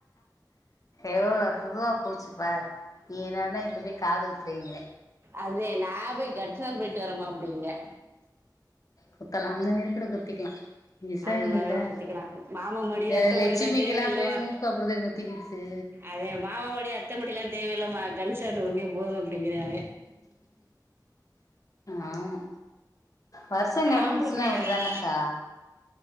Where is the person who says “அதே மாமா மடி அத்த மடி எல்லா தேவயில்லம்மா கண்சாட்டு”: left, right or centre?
Right